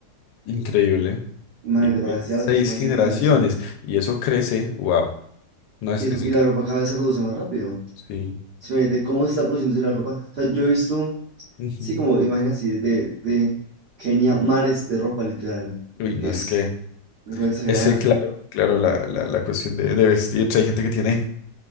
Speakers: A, on the left; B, on the right.
A: increíble.
B: Imagínate,
A: Increíble.
B: para decir
A: Seis
B: a las próximas
A: generaciones
B: seis generaciones.
A: y eso crece, wow. No es,
B: Y, eso,
A: es
B: y
A: increíble.
B: la ropa cada vez se produce más rápido.
A: Sí.
B: Simplemente, ¿cómo se está produciendo la ropa? O sea, yo he visto,
A: Ujú.
B: sí, como imagínate, así, de, de Kenia, mares de ropa, literal.
A: Uy, no
B: Es
A: es que,
B: una cosa exagerada.
A: ese, claro, claro, la, la, la cuestión de, de vestirse. Hay gente que tiene